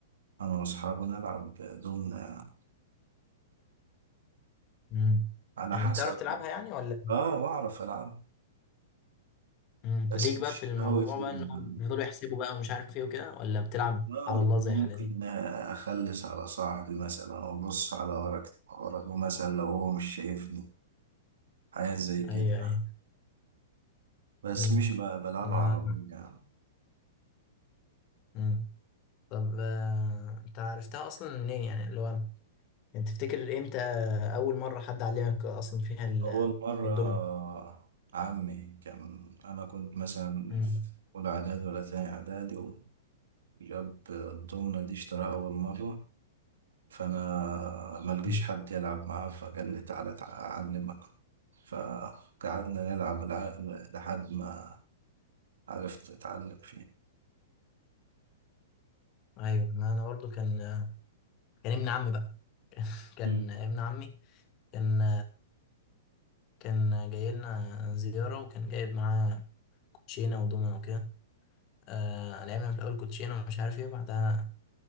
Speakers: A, on the right (about 70°); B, on the left (about 40°).
A: أنا وأصحابي نلعب دومنا يعني.
B: مم.
A: على
B: يعني
A: حسب
B: بتعرف تلعبها يعني ولا
A: آه بعرف ألعب
B: مم.
A: بس
B: ليك
A: مش
B: بقى في الموضوع
A: قوي فيهم
B: بقى ان هو بيفضلوا يحسبوا بقى ومش عارف ايه وكده ولا بتلعب
A: آه
B: على الله
A: ممكن
B: زي حالاتي
A: أخلص على صاحبي مثلا أو أبص على ورقته ورقه مثلا لو هو مش شايفني حاجات زي كده
B: ايوه
A: يعني
B: ايوه
A: بس
B: مم.
A: مش ب- بلعبها
B: ما
A: على طول يعني
B: مم. طب آه، انت عرفتها اصلا منين يعني اللي هو انت تفتكر امتى اول مره حد علمك اصلا فيها ال-
A: أول مرة
B: الدومينو
A: عمي كان أنا كنت مثلا
B: مم.
A: في أولى إعدادي ولا تاني إعدادي وجاب الضمنة دي اشتراها أول مرة فأنا ملقيش
B: مم.
A: حد يلعب معاه فقال لي تعالى تع- أعلمك فقعدنا نلعب الع- لحد ما عرفت أتعلم فيه
B: ايوه ما انا برضو كان كان ابن عمي بقى كان
A: مم.
B: ابن عمي كان كان جاي لنا زياره وكان جايب معاه كوتشينه ودومينو وكده آه لعبنا في الاول كوتشينه ومش عارف ايه بعدها